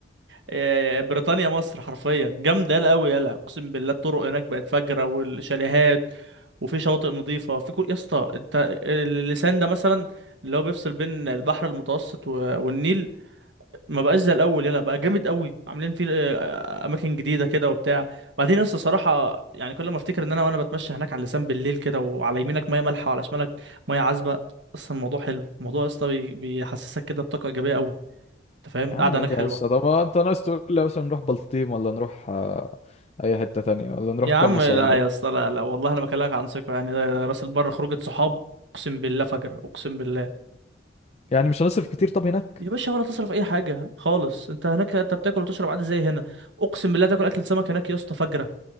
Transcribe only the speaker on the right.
آه، بريطانيا مصر حرفيا جامده يلا قوي يلا اقسم بالله الطرق هناك بقت فجره والشاليهات وفي شواطئ نظيفه في كل يا اسطى انت اللسان ده مثلا اللي هو بيفصل بين البحر المتوسط و- والنيل ما بقاش زي الاول يلا بقى جامد قوي عاملين فيه آه، آه، اماكن جديده كده وبتاع بعدين لسه صراحه يعني كل ما افتكر ان انا وانا بتمشى هناك على اللسان بالليل كده وعلى يمينك ميه مالحه وعلى شمالك ميه عذبه اصلا الموضوع حلو الموضوع يا اسطى بي- بيحسسك كده بطاقه ايجابيه قوي انت فاهم القعده
هناك
حلوه
يا عم
لا
يا اسطى لا لا والله انا بكلمك عن ثقه يعني راس البر خروجه صحاب اقسم بالله فجر اقسم بالله
يا باشا ولا تصرف اي حاجه خالص انت هناك انت بتاكل وتشرب عادي زي هنا اقسم بالله تاكل اكل سمك هناك يا اسطى فجره